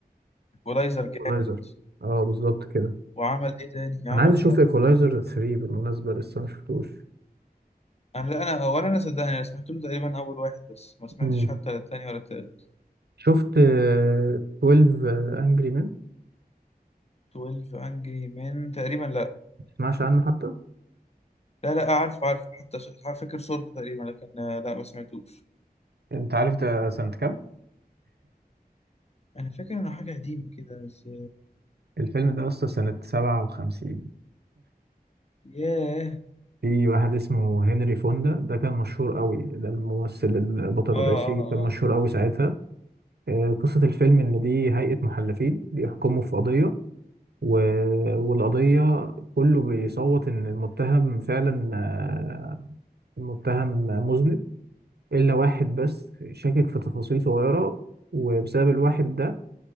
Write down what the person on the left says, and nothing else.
ايكولايزر جامد
وعمل ايه تاني عمل
انا لا انا ولا انا صدقني انا سمعت له تقريبا اول واحد بس ما سمعتش
حتى التاني ولا التالت
12 انجري من تقريبا
لا لا آه، عارفه عارفه حتى ش- عارف- فاكر صورته تقريبا لكن آه، لا ما سمعتوش
انا فاكر انه حاجه قديمه كده بس
ياه
اه
اه
اه